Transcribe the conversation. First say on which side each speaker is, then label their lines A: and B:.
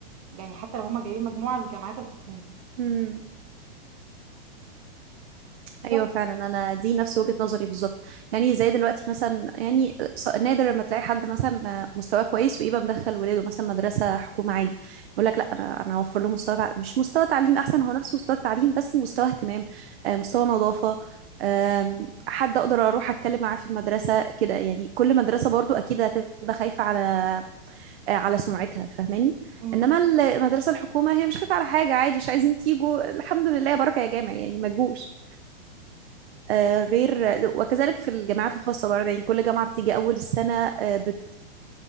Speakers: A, on the right; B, on the right.
A: يعني حتى لو هما جايبين مجموعة الجامعات الحكومة
B: امم ايوه
A: بس
B: فعلا انا دي نفس وجهة نظري بالظبط يعني زي دلوقتي مثلا يعني ص- نادر لما تلاقي حد مثلا مستواه كويس ويبقى مدخل ولاده مثلا مدرسة حكومة عادي يقول لك لا انا انا اوفر له مستوى تع... مش مستوى تعليم احسن هو نفس مستوى التعليم بس مستوى اهتمام آه، مستوى نظافة آم، حد اقدر اروح اتكلم معاه في المدرسة كده يعني كل مدرسة برضو اكيد هتبقى خايفة على آه، على سمعتها فاهماني
A: مم.
B: انما المدرسة الحكومة هي مش خايفة على حاجة عادي مش عايزين تيجوا الحمد لله بركة يا جامع يعني ما تجوش آه، غير وكذلك في الجامعات الخاصة برضه يعني كل جامعة بتيجي أول السنة آه، بت